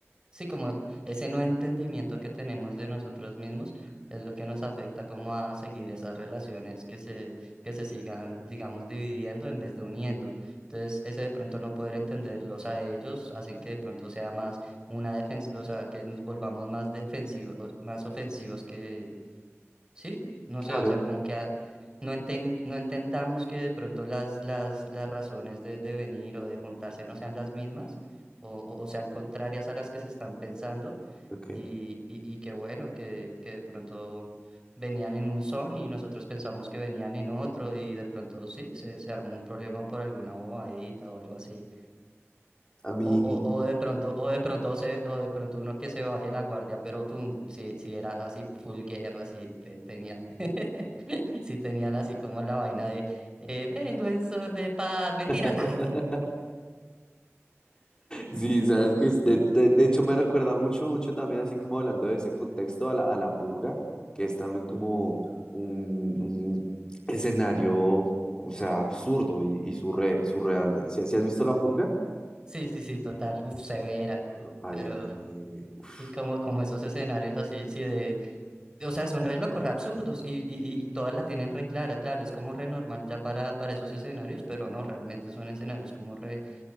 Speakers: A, on the right; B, on the left.
A: sí, como ese no entendimiento que tenemos de nosotros mismos es lo que nos afecta como a seguir esas relaciones que se, que se sigan, digamos, dividiendo en vez de uniendo. Entonces, ese de pronto no poder entenderlos a ellos hacen que de pronto sea más una defensa, o sea, que nos volvamos más defensivos, más ofensivos que Sí, no
B: Claro,
A: sé, o sea, como que a- no enten- no entendamos que de pronto las, las, las razones de, de venir o de juntarse no sean las mismas o, o- o sean contrarias a las que se están pensando
B: ok. ok.
A: y, y, y que bueno, que, que de pronto venían en un son y nosotros pensamos que venían en otro y de pronto sí, se, se armó un problema por alguna bobadita o algo así.
B: A mí...
A: O, o, o de pronto, o de pronto se, o de pronto uno que se baje la guardia, pero tú, si, si era así full guerra, si te- tenían, <laughs> si tenían así como la vaina de eh, vengo en son de paz, mentira,
B: <laughs>
A: ta, ta, ta".
B: Sí, sabes que de, de- de hecho me recuerda mucho, mucho también, así como hablando de ese contexto, a la, a la purga, que es también como un, un escenario, o sea, absurdo y, y surre- surreal. Si, si has visto la purga,
A: Sí, sí, sí, total, uf, severa.
B: Ah, parece...
A: Pero,
B: uf,
A: y como, como esos escenarios así, sí, de, o sea, son re locos, re absurdos, y, y, y y todas la tienen re clara, claro, es como re normal ya para, para esos escenarios, pero no, realmente son escenarios como re,